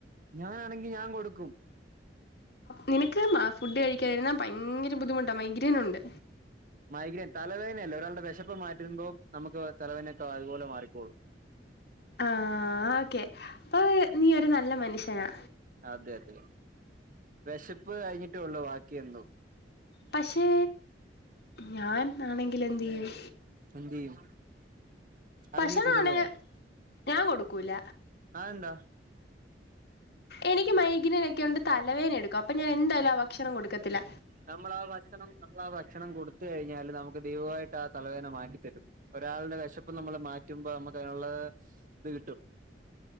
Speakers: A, on the right; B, on the left.
A: ഞാനാണെങ്കിൽ ഞാൻ കൊടുക്കും
B: നിനക്ക് ഫുഡ് കഴിക്കാതിരുന്നാ ഭയങ്കര ബുദ്ധിമുട്ടാ മൈഗ്രൈൻ ഉണ്ട്
A: മൈഗ്രൈൻ തലവേദനയല്ലേ ഒരാളുടെ വിശപ്പ് മാറ്റിരുമ്പോ നമുക്ക് തലവേദനയൊക്കെ അതുപോലെ മാറിക്കോളും
B: ആ ഓക്കെ അപ്പൊ നീ ഒരു നല്ല മനുഷ്യനാ
A: അതെ അതെ വിശപ്പ് കഴിഞ്ഞിട്ടേ ഉള്ളു ബാക്കി എന്തും
B: പക്ഷെ ഞാൻ ആണെങ്കിൽ എന്ത് ചെയ്യും
A: എന്ത് ചെയ്യും അത്
B: ഭക്ഷണം
A: നീ തിന്നുവോ
B: ആണെ ഞാൻ കൊടുക്കൂല
A: ആ എന്താ
B: എനിക്ക് മൈഗ്രെനേക്കൊണ്ട് തലവേദന എടുക്കും അപ്പൊ ഞാൻ എന്തായാലും ആ ഭക്ഷണം കൊടുക്കത്തില്ല
A: നമ്മള ആ ഭക്ഷണം നമ്മൾ ആ ഭക്ഷണം കൊടുത്ത് കഴിഞ്ഞാല് നമുക്ക് ദൈവമായിട്ട് ആ തലവേന മാറ്റിത്തരും ഒരാളുടെ വിശപ്പ് നമ്മള് മാറ്റുമ്പോ നമുക്ക് അതിനുള്ള ത് കിട്ടും